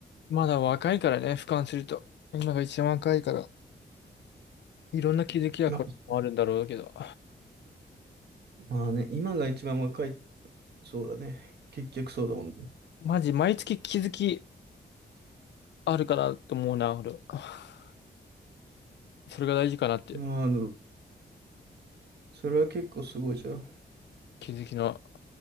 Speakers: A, on the left (about 80°); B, on the right (about 65°).
A: まだ若いからね、俯瞰すると。今が一番若いから、いろんな気づきはこれもあるんだろうけど。
B: まあまあね、今が一番若い、そうだね。結局そうだもんね。
A: マジ、毎月気づきあるかなと思うな、俺は。それが大事かなって。
B: まああ、それは結構すごいじゃん。
A: 気づきの